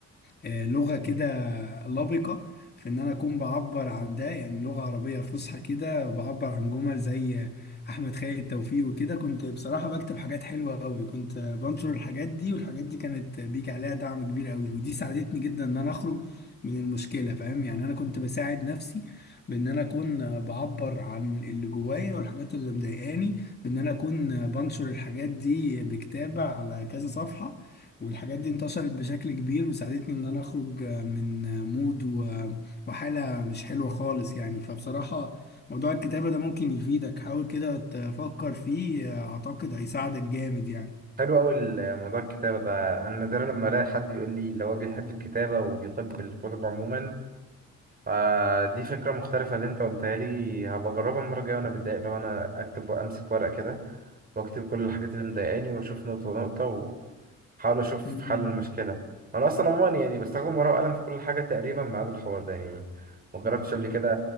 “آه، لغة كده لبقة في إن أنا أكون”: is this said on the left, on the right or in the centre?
Left